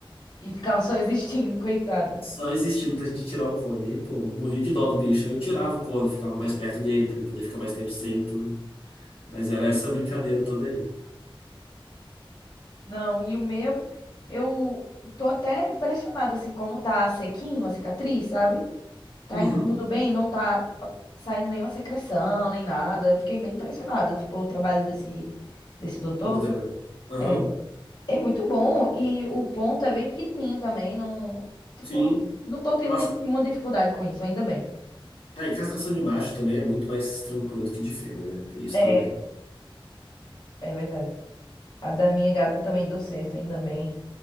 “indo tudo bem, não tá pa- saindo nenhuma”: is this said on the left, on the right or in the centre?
Left